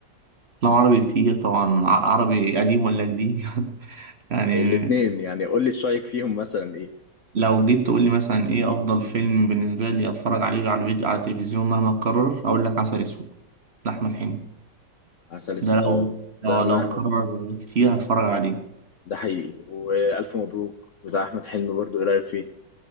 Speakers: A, on the right (about 45°); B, on the left (about 60°).
A: لو عربي كتير طبعا ع- عربي قديم ولا جديد <laughs> يعني
B: إيه، الاتنين يعني قول لي شايك فيهم مثلا إيه
A: لو جيت تقول لي مثلا ايه افضل فيلم بالنسبه لي اتفرج عليه على الفيديو على التلفزيون مهما اتكرر اقول لك عسل اسود لاحمد حلمي
B: عسل أسود
A: ده لو
B: أه ده
A: لو
B: ما
A: لو اتكرر كتير هتفرج عليه
B: ده حقيقي وألف مبروك بتاع أحمد حلمي برضو إيه رأيك فيه